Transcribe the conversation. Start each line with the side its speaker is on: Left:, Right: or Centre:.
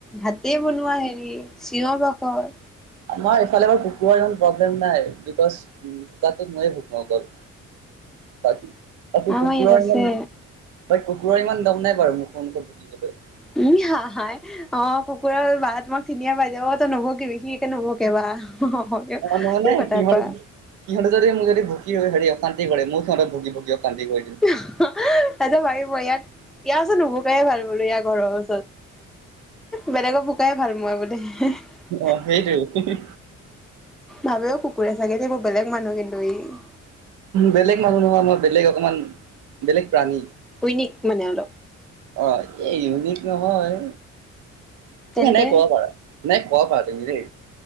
Centre: ভাতেই বনোৱা হেৰি চিঞৰ বাখৰ
Right: আমাৰ ইফালে বাৰু ককুৰাৰ ইমান প্ৰব্লেম নাই, বিকছ ভুকাটো মইয়ে ভুকু অকল। বাকী
Centre: আমাৰ
Right: কুকুৰৰ
Centre: ইয়াত আছে
Right: ইমান বাত কুকুুৰাৰ ইমান দম নাই বাৰু মুখখনকৈ ভুকিবলৈ
Centre: উম, হা হাই অ', কুকুৰৰ বা তোমাক চিনিয়ে পাই যাব তই নভুকিবি সি একে নুভুকে বা হয় অ,
Right: মানে মানে
Centre: কি কথা
Right: সিহঁত
Centre: কোৱা
Right: সিহঁতে যদি মোক যদি ভুকি হেৰি অশান্তি কৰে, মই সিহঁতক ভুকি ভুকি অশান্তি কৰি দিওঁ।
Centre: <unintelligible> ভাবিব য়াক য়াৰ ওচৰত নুভুকায়ে ভাল বোলো, য়াৰ ঘৰৰ ওচৰত। বেলেগক ভুকাই ভাল মই <unintelligible>
Right: অ', সেইটোৱে
Centre: ভাবেও কুকুৰে চাগে দেই বৰ বেলেগ মানুহ কিন্তু ই
Right: বেলেগ মানুহ নহয়, মই বেলেগ অকমান, বেলেগ প্ৰাণী।
Centre: ইউনিক মানে অলপ
Right: অ', এই ইউনিক নহয়
Centre: তেন্তে
Right: তুমি এনেকে কব পাৰা, মানে কব পাৰা তুমি দেই